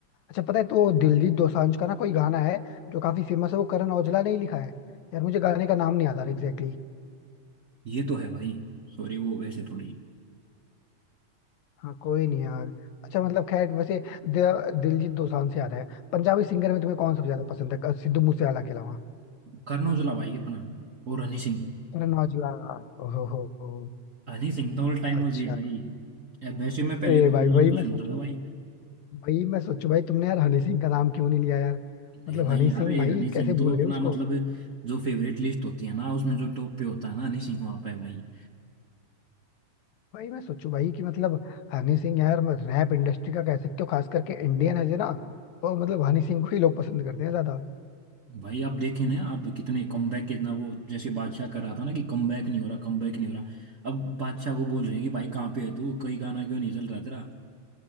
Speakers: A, on the left; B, on the right.
A: अच्छा पता है तो दिलजीत दोसांझ का ना कोई गाना है जो काफी फेमस है वो करण औजला ने ही लिखा है यार मुझे गाने का नाम नहीं याद आ रहा एग्जैक्टली
B: ये तो है भाई सॉरी वो वैसे थोड़ी
A: हाँ कोई नहीं यार अच्छा मतलब खैर वैसे द- दिलजीत दोसांझ से आ रहा है पंजाबी सिंगर में तुम्हें कौन सबसे ज्यादा पसंद है सिद्धू मूसेवाला के अलावा
B: करण औजला भाई अपना और हनी सिंह
A: करण औजला ओहो हो हो,
B: हनी सिंह तो ऑल टाइम हो
A: अच्छा
B: जी भाई ए, वैसे मैं पहले
A: अरे
B: बब्बू
A: भाई वही
B: मान को
A: मैं
B: सुनता
A: सोचू
B: था भाई
A: वही मैं सोचू भाई तुमने यार हनी सिंह का नाम क्यों नहीं लिया यार मतलब
B: ये नहीं
A: हनी
B: यार
A: सिंह
B: ये
A: भाई
B: हनी सिंह
A: कैसे
B: तो
A: भूल गए
B: अपना
A: उसको
B: मतलब जो फेवरेट लिस्ट होती है ना उसमें जो टॉप पे होता है ना हनी सिंह वहां पे भाई
A: भाई मैं सोचू भाई कि मतलब हनी सिंह यार रैप इंडस्ट्री का कह सकते हो खास करके इंडियन है ना तो मतलब हनी सिंह को ही लोग पसंद करते हैं ज्यादा
B: भाई आप देखे ना आप कितने कमबैक कितना वो जैसे बादशाह कर रहा था ना कि कमबैक नहीं हो रहा कमबैक नहीं हो रहा अब बादशाह को बोल रहे हैं कि भाई कहाँ पे है तू कई गाना क्यों नहीं चल रहा तेरा